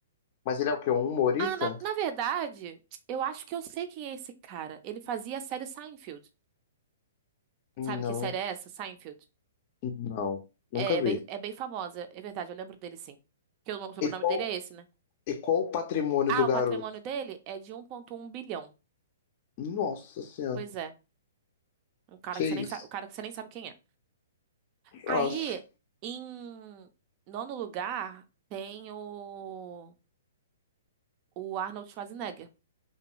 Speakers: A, on the left; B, on the right.
A: Mas ele é o quê? Um humorista?
B: Ah, na, na verdade, eu acho que eu sei quem é esse cara. Ele fazia a série Seinfeld.
A: Não,
B: Sabe que série é essa? Seinfeld.
A: não. Nunca
B: É, é
A: vi.
B: bem, é bem famosa, é verdade, eu lembro dele sim. Que o no- sobrenome
A: E qual,
B: dele é esse, né?
A: e qual o patrimônio
B: Ah,
A: do
B: o
A: garoto?
B: patrimônio dele é de um ponto um bilhão.
A: Nossa Senhora,
B: Pois é, um cara
A: que
B: que
A: isso?
B: você nem sabe, o cara que você nem sabe quem é. Aí,
A: Nossa.
B: em nono lugar, tem o, o Arnold Schwarzenegger.